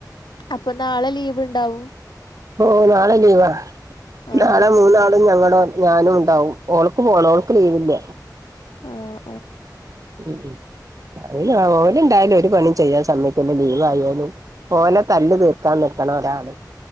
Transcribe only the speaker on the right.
ഓ നാളെ ലീവാ
നാളെ മൂന്നാളും ഞങ്ങളോ ഞാനും ഉണ്ടാവും ഓൾക്ക് പോണം ഓൾക്ക് ലീവില്ല
ഉം ഹു ഓല് ഓലിണ്ടായാലും ഒരു പണിയും ചെയ്യാൻ സമ്മയ്ക്കൂല്ല ലീവ് ആയാലും ഓലെ തല്ല് തീർക്കാൻ നിക്കണൊരാള്